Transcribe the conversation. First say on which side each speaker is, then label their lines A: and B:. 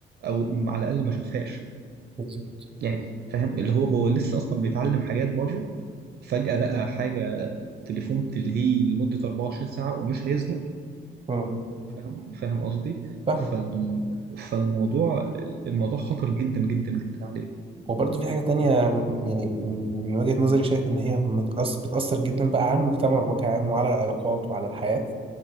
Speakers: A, on the right (about 55°); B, on the right (about 30°).
A: او على الاقل ما شافهاش
B: بالظبط.
A: يعني فاهم اللي هو هو لسه اصلا بيتعلم حاجات بره فجأة لقى حاجة تليفون تلهيه لمدة 24 ساعة ومش هيزهق
B: اه
A: فاهم فاهم قصدي
B: فاهمك
A: فال... فالموضوع الموضوع خطر جدا جدا جدا عليه
B: وبرضه في حاجة تانية يعني من, من وجهة نظري شايف إن هي متأثر بتأثر جدا بقى على المجتمع بوجه عام وعلى العلاقات وعلى الحياة